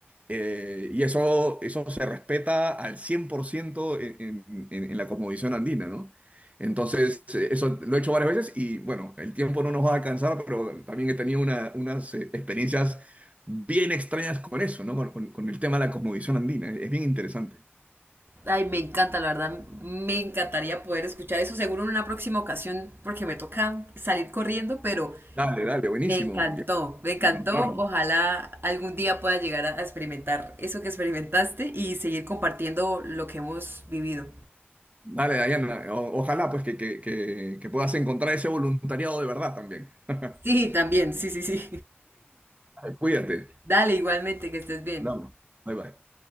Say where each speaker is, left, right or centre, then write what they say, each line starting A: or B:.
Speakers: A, on the right; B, on the right.
A: Eh, y eso, eso se respeta al 100% en, en, en- en la cosmovisión andina, ¿no? Entonces, eh, eso lo he hecho varias veces y bueno, el tiempo no nos va a alcanzar, pero también he tenido una- unas eh, experiencias bien extrañas con eso, ¿no? Con, con- con el tema de la cosmovisión andina. Es bien interesante.
B: Ay, me encanta, la verdad, me encantaría poder escuchar eso, seguro en una próxima ocasión, porque me toca salir corriendo, pero
A: Dale, dale, buenísimo.
B: me encantó,
A: Ya
B: me encantó.
A: nos encontramos.
B: Ojalá algún día pueda llegar a a experimentar eso que experimentaste y seguir compartiendo lo que hemos vivido.
A: Dale, Dayana. o- ojalá pues que, que, que que puedas encontrar ese voluntariado de verdad también. <laughs>
B: Sí, también, sí, sí, sí.
A: Cuídate.
B: <laughs> Dale, igualmente, que estés bien.
A: Hablamos. Bye bye.